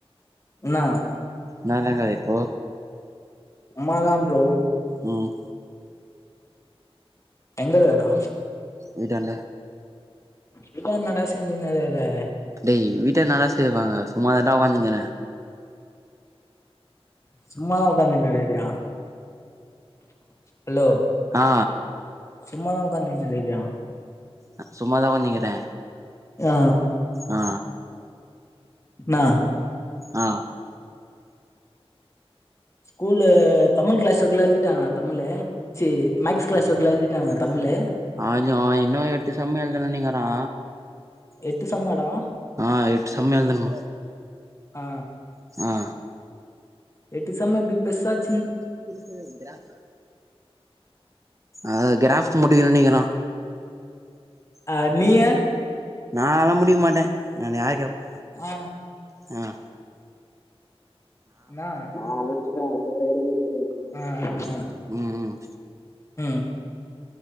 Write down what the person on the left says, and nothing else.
இன்னா
ரெண்டாவ்து தா ப்ரோ
எங்களுதா
வீட்டா என்னடா செஞ்சுனு இருக்குற
சும்மாதா ஒக்காந்துன்னு இருக்குறியா ஹலோ
சும்மாதா ஒக்காந்துக்குன்னு இருப்பியா
ஆ
நா
ஸ்கூல்ல தமிழ் கிளாஸுக்குலா எழுதிட்டாங்கனா தமிழு சேரி மேக்ஸ் கிளாஸ் இருக்குல எழுதிட்டானா தமிழு
எட்டு சம்மாடா
ஆ
எட்டு சம்மு அப்டி பெர்சாக்
ஆ நீய
ஆ
அண்ணா நா அமுச்சுட்டே அவுங்க சேரவே இல்ல விட்டுட்டங்க
ம்